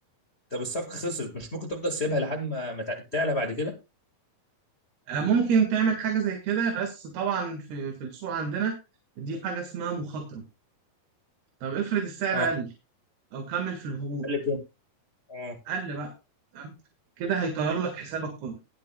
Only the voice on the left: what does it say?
طب الصفقه خسرت مش ممكن تفضل سيبها لحد ما ما تع- تعلى بعد كده
اه
اللي تاني. اه